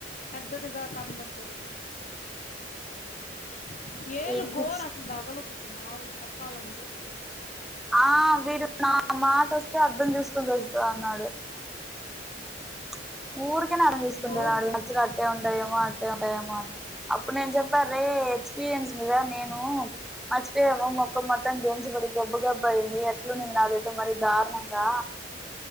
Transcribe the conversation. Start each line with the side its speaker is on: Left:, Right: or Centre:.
Left: పెద్దదిగా కనబడుతది <inaudible> ఏలు
Centre: వీడికి
Left: గోరు అసలు దగలకుడదు మాముూలుగా చ చెప్పాలంటే
Centre: ఆ వీడు నా మాట వస్తే అద్ధం చూస్త సంద్ అన్నాడు అ ఊరికేనే అడానిస్తుండు
Left: గోరు
Centre: చూసుకుంటున్నాడు
Left: తగలకూడదు
Centre: మచ్చలు అట్టే ఉంటాయేమో అట్టే ఉంటాయేమో అని అప్పుడు నేను చెప్పారు రే ఎక్స్పీరియన్స్ మీదా నేను మర్చిపోయామో మొక్క మొత్తం గెంచబడి గబ్బు గబ్బు అయింది ఎట్లు నే స్తాది ఇ మరి దారుణంగా